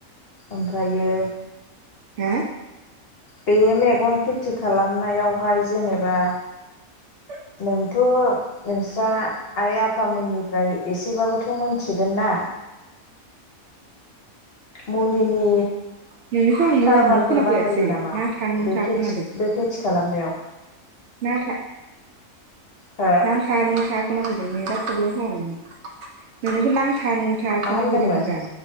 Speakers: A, on the left; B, on the right.
A: ओमफ्रायो
B: आ?
A: बे मैगं खेथि खालामनायावहाय जेनेबा
B: <unintelligible>
A: नोंथ' नोंस्रा आइ आफामोननिफ्राय एसेबाबोथ' मोनथिगोन ना मुलिनि
B: नोंनिखौ आं मोजांखौनो
A: खारबारफोर
B: खोनाफैयासै
A: बाहायो नामा
B: नांथा नुंथा
A: बे खेथि
B: खोनादों
A: बे खेथि खालामनायाव?
B: नांथा
A: हो
B: नांथा नुंथा खोनाफैदोंलै जा प्रब्लेम खोनादों नोंना नों <unintelligible> था नुंथा
A: मा
B: खोनाफैदों
A: होनदोंमोन
B: होनदां